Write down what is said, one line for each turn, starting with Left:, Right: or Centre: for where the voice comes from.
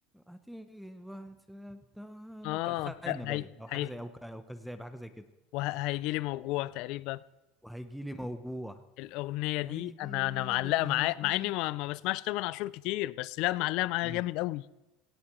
Centre: هتيجي وقت انا
Left: اه
Centre: بتاعت خاينه
Left: لا،
Centre: باين
Left: هي
Centre: او حاجه
Left: هي
Centre: زي او ك... او كذابه حاجه زي كده
Left: وهيجي لي موجوع تقريبا
Centre: وهيجي لي موجوع
Left: الاغنيه
Centre: هيجي
Left: دي انا انا معلقه
Centre: لي موجوع
Left: معايا مع اني ما, ما بسمعش تامر عاشور كتير بس لا معلقه معايا
Centre: مم.
Left: جامد قوي